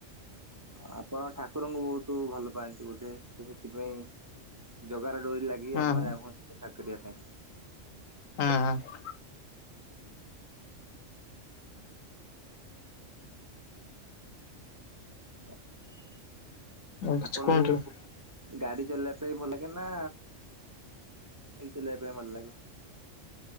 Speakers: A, on the right (about 20°); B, on the left (about 85°).
A: ଆପଣ ଠାକୁରଙ୍କୁ ବହୁତ ଭଲ ପାଆନ୍ତି ବୋଧେ ତ ସେଥିପାଇଁ। ଜଗାର ଡୋରି ଲାଗି
B: ହଁ
A: ଆପଣ
B: ହଁ ହଁ
A: ଯାଉ ଦେଖା କରିବା ପାଇଁ।
B: ହଁ ହଁ।
A: <unintelligible>
B: କିଛି
A: ଆପଣଙ୍କୁ
B: କୁହନ୍ତୁ। ହଁ ହଁ
A: ଗାଡି ଚଲେଇବା ପାଇଁ ଭଲ ଲାଗେ ନା? ଚଲେଇବା ପାଇଁ ଭଲ ଲାଗେ?